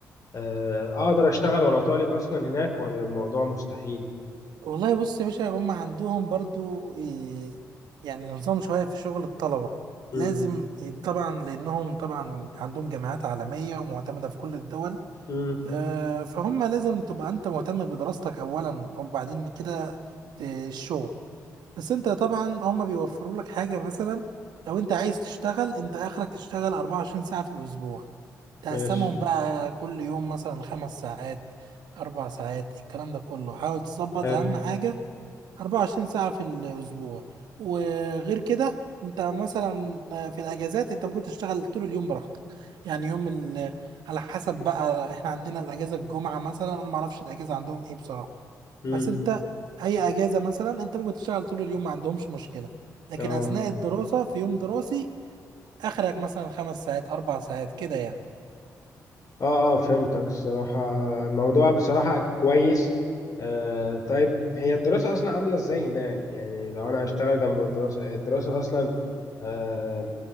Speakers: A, on the left; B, on the right.
A: آه أقدر أشتغل وأنا طالب أصلا هناك ولا الموضوع مستحيل؟
B: والله بص يا باشا هم عندهم برضو إيه، يعني نظام شوية في شغل الطلبة
A: مم.
B: لازم ي- طبعا لأنهم طبعا عندهم جامعات عالمية ومعتمدة في كل الدول
A: مم.
B: آه، فهم لازم تبقى أنت مهتم بدراستك أولا وبعدين كده آه، الشغل بس أنت طبعا هم بيوفروا لك حاجة مثلا لو أنت عايز تشتغل أنت آخرك تشتغل 24 ساعة في الأسبوع تقسمهم
A: ماشي
B: بقى كل يوم مثلا خمس ساعات أربع ساعات الكلام ده كله حاول تظبط
A: حلو
B: أهم حاجة 24 ساعة في الأسبوع وغير كده أنت مثلا في الأجازات أنت ممكن تشتغل طول اليوم براحتك يعني يوم ال... على حسب بقى إحنا عندنا الأجازة الجمعة مثلا أنا معرفش الأجازة عندهم إيه بصراحة
A: مم.
B: بس أنت أي أجازة مثلا أنت ممكن تشتغل طول اليوم ما عندهمش مشكلة لكن
A: اه
B: أثناء الدراسة في يوم دراسي آخرك مثلا خمس ساعات أربع ساعات كده يعني
A: اه اه فهمتك الصراحة الموضوع بصراحة كويس آه طيب هي الدراسة أصلا عاملة ازاي هناك يعني لو أنا هشتغل جنب الدراسة الدراسة أصلا آه